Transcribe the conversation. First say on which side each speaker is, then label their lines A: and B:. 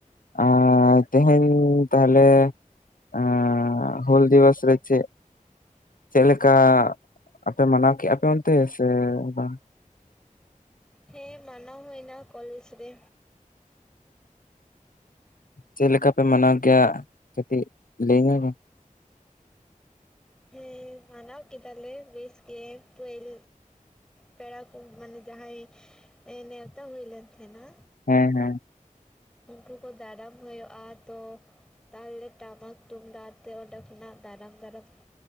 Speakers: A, on the left; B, in the centre.
A: ᱟᱨ ᱛᱮᱦᱮᱧ ᱛᱟᱦᱞᱮᱼᱼ ᱟ ᱦᱳᱞ ᱫᱤᱵᱚᱥ ᱨᱮ ᱪᱮ? ᱪᱮᱫ ᱞᱮᱠᱟ ᱟᱯᱮ ᱢᱟᱱᱟᱣ ᱠᱮᱫᱼᱟ ᱯᱮ ᱚᱱᱛᱮ ᱥᱮ ᱵᱟᱝ?
B: ᱦᱮᱸ ᱢᱟᱱᱟᱣ ᱦᱩᱭᱱᱟ ᱠᱚᱞᱮᱡᱽ ᱨᱮ᱾
A: ᱪᱮᱫ ᱞᱮᱠᱟ ᱯᱮ ᱢᱟᱱᱟᱣ ᱠᱮᱭᱟ ᱠᱟᱹᱴᱤᱡ ᱞᱟᱹᱭ ᱧᱟᱹ ᱢᱮ?
B: ᱦᱮᱸ ᱢᱟᱱᱟᱣ ᱠᱮᱫᱟᱞᱮ ᱵᱮᱥ ᱜᱮ ᱯᱳᱞᱼᱼ ᱯᱮᱲᱟ ᱠᱚ ᱢᱟᱱᱮ ᱡᱟᱦᱟᱸᱭ ᱱᱮᱣᱛᱟ ᱦᱩᱭ ᱞᱮᱱ ᱛᱟᱦᱮᱸᱱᱟ᱾
A: ᱦᱮᱸ ᱦᱮᱸ
B: ᱩᱱᱠᱩ ᱠᱚ ᱫᱟᱨᱟᱢ ᱦᱩᱭᱩᱜᱼᱟ ᱛᱚᱼᱼ ᱛᱟᱦᱞᱮ ᱴᱟᱢᱟᱠ ᱛᱩᱢᱫᱟᱜ ᱛᱮ ᱚᱸᱰᱮ ᱠᱷᱚᱱᱟᱜ ᱫᱟᱨᱟᱢ ᱫᱟᱨᱟᱢ